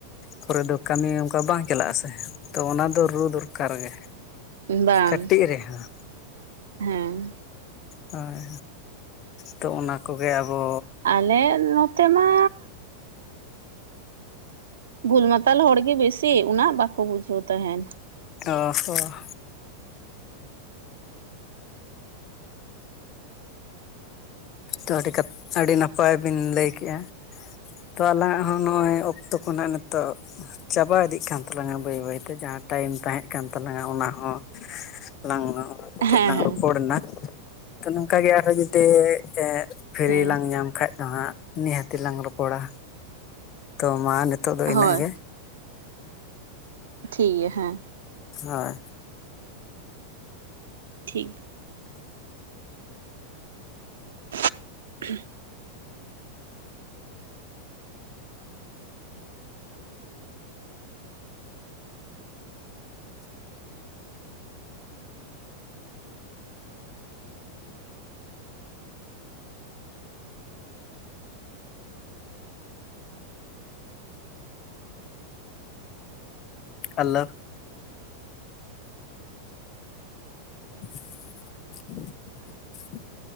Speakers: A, on the left; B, on the right.
A: ᱠᱚᱨᱮ ᱫᱚ ᱠᱟᱹᱢᱤ ᱚᱱᱠᱟ ᱵᱟᱝ ᱪᱟᱞᱟᱜ ᱟᱥᱮ, ᱛᱚ ᱚᱱᱟᱫᱚ ᱨᱩ ᱫᱚᱨᱠᱟᱨ ᱜᱮ᱾
B: ᱵᱟᱝ,
A: ᱠᱟᱹᱴᱤᱡ ᱨᱮᱦᱚᱸ
B: ᱦᱮᱸ᱾
A: ᱦᱳᱭ ᱛᱚ ᱚᱱᱟ ᱠᱚᱜᱮ ᱟᱵᱚ
B: ᱟᱞᱮ ᱱᱚᱛᱮ ᱢᱟ ᱵᱩᱞ ᱢᱟᱛᱟᱞ ᱦᱚᱲᱜᱤ ᱵᱮᱥᱤ ᱩᱱᱟᱹᱜ ᱵᱟᱠᱚ ᱵᱩᱡᱷᱟᱹᱣ ᱛᱟᱦᱮᱱ᱾
A: ᱚ ᱦᱚᱸ᱾ ᱛᱚ ᱟᱹᱰᱤ ᱠᱟᱛ ᱟᱹᱰᱤ ᱱᱟᱯᱟᱭ ᱵᱤᱱ ᱞᱟᱹᱭ ᱠᱮᱜᱼᱟ᱾ ᱛᱚ ᱟᱞᱟᱝᱟᱜ ᱦᱚᱸ ᱱᱚᱜᱼᱚᱭ ᱚᱠᱛᱚ ᱠᱚ ᱱᱟᱦᱜ ᱤᱛᱚᱜ ᱪᱟᱵᱟ ᱤᱫᱤᱜ ᱠᱟᱱ ᱛᱟᱞᱟᱝᱟ ᱵᱟᱹᱭ ᱵᱟᱭ ᱛᱮ ᱡᱟᱦᱟᱸ ᱴᱟᱭᱤᱢ ᱛᱟᱦᱮᱸ ᱠᱟᱱ ᱛᱟᱞᱟᱝᱟ ᱚᱱᱟ ᱦᱚᱸ᱾ ᱞᱟᱝ ᱠᱷᱟᱹᱛᱤᱨ
B: ᱦᱮᱸ
A: ᱞᱟᱝ ᱨᱚᱯᱚᱲᱱᱟ ᱛᱚ ᱱᱚᱝᱠᱟ ᱜᱮ ᱟᱨᱦᱚᱸ ᱡᱩᱫᱤ ᱮᱜ ᱯᱷᱤᱨᱤ
B: ᱦᱮᱸ
A: ᱞᱟᱝ ᱧᱟᱢ ᱠᱷᱟᱡ ᱫᱚ ᱦᱟᱸᱜ ᱱᱤᱦᱟᱹᱛᱤ ᱞᱟᱝ ᱨᱚᱯᱚᱲᱟ᱾ ᱛᱚ ᱢᱟ ᱱᱤᱛᱳᱜ ᱫᱚ ᱤᱱᱟᱜ
B: ᱦᱳᱭ
A: ᱜᱮ᱾
B: ᱴᱷᱤᱠ ᱜᱮᱭᱟ ᱦᱮᱸ᱾
A: ᱦᱳᱭ᱾
B: ᱴᱷᱤᱠ᱾ <unintelligible>
A: ᱟᱞᱳ, <unintelligible>